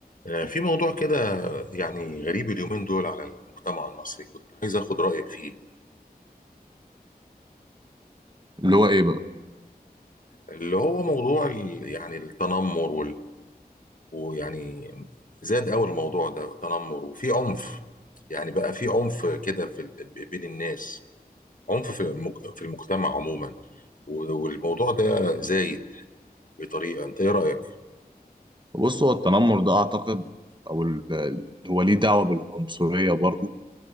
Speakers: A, on the left (about 55°); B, on the right (about 30°).
A: آه، في موضوع كده يعني غريب اليومين دول على المجتمع المصري كنت عايز اخد رأيك فيه
B: اللي هو ايه بقى
A: اللي هو موضوع ال- يعني التنمر وال... ويعني زاد قوي الموضوع ده تنمر وفي عنف يعني بقى في عنف كده في ال... ب- بين الناس عنف في المج... في المجتمع عموما و- والموضوع ده زايد بطريقة انت ايه رأيك؟
B: بص هو التنمر ده اعتقد او ال- ال- هو ليه دعوه بالعنصريه برضو